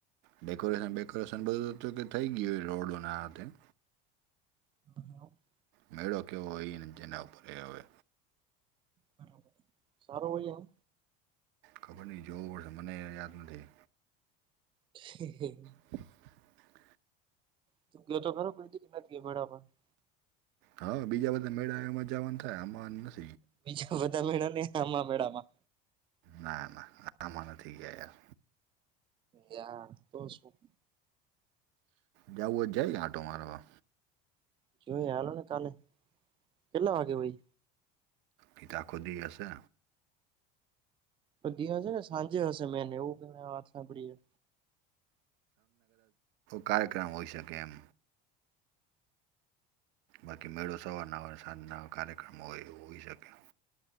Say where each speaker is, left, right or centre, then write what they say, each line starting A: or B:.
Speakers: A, on the right; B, on the right.
A: ડેકોરેશન બેકોરેશન બધું હતું કે થઈ ગયું હો રોડો ના હાથે
B: <inaudible>
A: મેળો કેવો હોયને જેના ઉપર હવે
B: બરાબર સારો હોય એમ
A: ખબર ની જોવું પડહે મને યાદ નથી
B: <inaudible>
A: <inaudible>
B: તું ગયો <unintelligible>
A: હા બીજા બધા મેળા મજાવાનું થાય આ
B: બીજા બધા મેળા ને આમાં મેળામાં
A: ના ના આમાં નથી ગીયા યાર
B: યાર તો શું
A: જાય આંટો મારવા
B: જોએ આલોને કાલે કેટલા વાગે હોઈ
A: ઈતો આખો દી હશે
B: બધી હશે ને સાંજે હશે મેને એવું વાત સાંભળીએે
A: કાર્યક્રમ હોઈ, શકે એમ બાકી મેળો સવારના હોય, સાંજના કાર્યક્રમ હોય એ હોઈ શકે